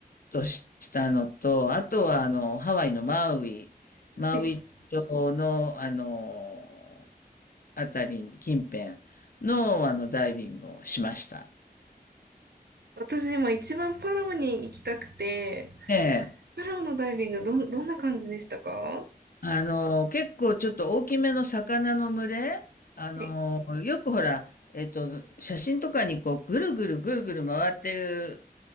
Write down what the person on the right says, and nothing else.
い。
私今一番パラオに行きたくて、
パラオのダイビングどん、どんな感じでしたかは
い